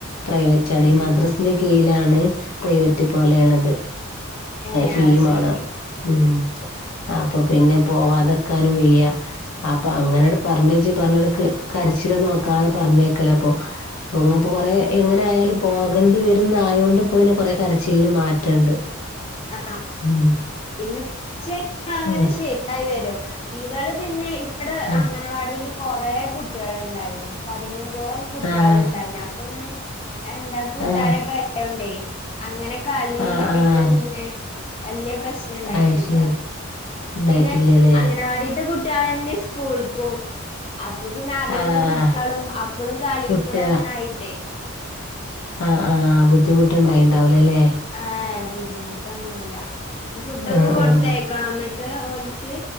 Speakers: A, on the left; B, on the left.
A: പ്രൈവറ്റ് ആാണ്
B: ഏഹ്
A: ഈ മദ്രസ് ന്റെ കീഴിലാണ് പ്രൈവറ്റ് പോലെയണത്
B: ഏഹ്
A: ഫീ
B: അത് ശരി
A: വേണം ഉം അപ്പൊ പിന്നെ പോവാതെക്കാനും വയ്യ അപ്പൊ അങ്ങനെട് പറഞ്ഞേച്ചി പറഞ്ഞടു ക് കരച്ചില നോക്കാതെ പറഞ്ഞേക്കലേ പ്പൊ ഒങ്ങപ്പോൊ കൊറെേ എങ്ങനെ ആയാലും പോകേണ്ടി വരുന്ന ആയൊണ്ട് ഇപ്പ ഇങ്ങനെ കൊറെേ കരച്ചിലിന് മാറ്റണ്ട്
B: ആ
A: ഉം
B: പിന്നെ പ അങ്ങനെ
A: ഉം
B: ശരി ായി വരും ഇവള് പിന്നെ ഇവ ടെ
A: ആഹ <unintelligible>
B: അങ്ങനാ വാടിൽ കുറേ കുട്ടികൾ ഉണ്ടായിനു പതിനഞ്ചോളം കുട്ടികൾ
A: ആഹ്
B: ഉണ്ടായിന അപ്പ ഇങ്ങനെ എന്താ കൂട്ടാരൊകായോ
A: ആഹ്
B: ണ്ടേ അങ്ങനെ കളിയിലായിട്ട്
A: ആഹ് ആഹ്
B: പിന്നെ വലിയ പ്രശ്നം ഉണ്ടായിട്ടില്ല
A: അയ് ശരി ഉണ്ടായിട്ടില്ലല്ലേ
B: പിന്നെ അംഗനവാടിിയത്തെ കുട്ടികള ന്നെ സ്കൂൾക്കും അപ്പൊ പിന്നെ അറിയുന്ന
A: ആഹ്
B: കുട്ടികളും അപ്പഴും കളി
A: കുട്ടി
B: കൂടെ അങ്ങനെ ആയിട്ടേ
A: ആ് ആ് ബുദ്ധിമുട്ടുണ്ടായിണ്ടാവല അല്ലെ
B: ആഹ ബുദ്ധിമുട്ടൊന്നുല്ല ഫുഡൊക്കെ
A: ആഹ്
B: കൊടുത്തയക്കണം
A: ആഹ്
B: എന്നിട്ട് ഓലിക്ക്